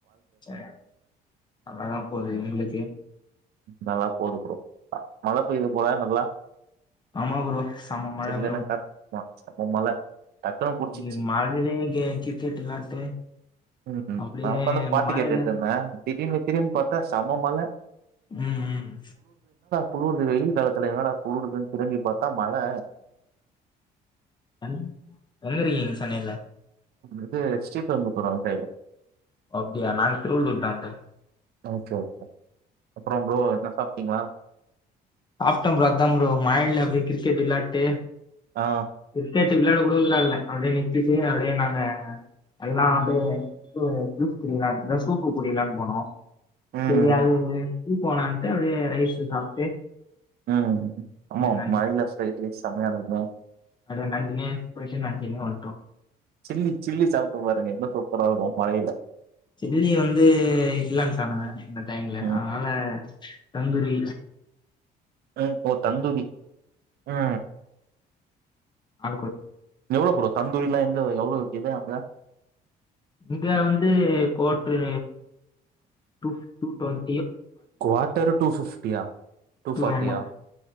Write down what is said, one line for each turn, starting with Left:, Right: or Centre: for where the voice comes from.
Left: ஆ நல்லதான் போது இங்களுக்கு
Right: நல்லா போது ப்ரோ மழை பெய்து போல நல்லா
Left: ஆமா ப்ரோ செம மழ
Right: சில்லுனு
Left: ப்ரோ
Right: காத்துமா செம மழ டக்னு புடிச்சிரிச்சு
Left: இன்னைக்கு மழைலயே கே கிரிக்கெட் விளாட்டு
Right: ம் ம்
Left: அப்டியே
Right: நா உக்காந்து பாட்டு
Left: மழைல
Right: கேட்டுட்டு இருந்தேன் திடீர்னு திரும்பி பாத்தா செம மழ
Left: ம் ம்
Right: குளூர்து வெயில் காலத்துல என்னடா குளூர்து திரும்பி பாத்தா மழ
Left: ம் வந்துருக்கீங்கன்னு சொன்னில
Right: இது ஸ்ரீபெரும்புத்தூர் அந்த சைடு
Left: அப்டியா நாங்க திருவள்ளூர் தான் ப்ரோ
Right: ஓகே ஓகே அப்புறோம் ஃப்ரோ என்னா சாப்டீங்களா
Left: சாப்ட்டேன் சாப்டேன் ப்ரோ மழயில அப்படியே கிரிக்கெட் விளாட்டு
Right: ஆ
Left: கிரிக்கெட் விளையாட கூட விளா இல்ல அப்படியே நிறுத்திட்டு அப்படியே நாங்க எல்லாம் அப்படியே இது ஜூஸ் குடிக்கலாம் இது சூப்பு குட்டலாம்ன்னு போனோம்
Right: ம்.
Left: தெரியாதவங்க இது போலான்ட்டு அப்படியே ரைஸ் சாப்பிட்டு
Right: ம்
Left: அப்படியே
Right: ஆமா மழயில சைட் மிக்லஸ் செம்மையான இருக்குமே
Left: அ நஞ்சினே புரிஷ நஞ்சினே ஒன்ட்டோ
Right: சில்லி சில்லி சாப்ட்டு பாருங்க இன்னு சூப்பற இருக்கு மழைல்ல
Left: சில்லி வந்து இல்லேன்டானுங்க இந்த டைம்ல
Right: ம்.
Left: அதனால தந்தூரி
Right: அ ஓ தந்தூரி ஆ
Left: அ
Right: எவ்ளோ ப்ரோ தந்தூரிலா எங்க எவ்ளோ இத அ
Left: இங்க வந்து கோட்ரு டூ டுவெண்
Right: குவார்டரு டூ ஃபிப்டியா டூஃபாட்டியா
Left: டூ ஆமா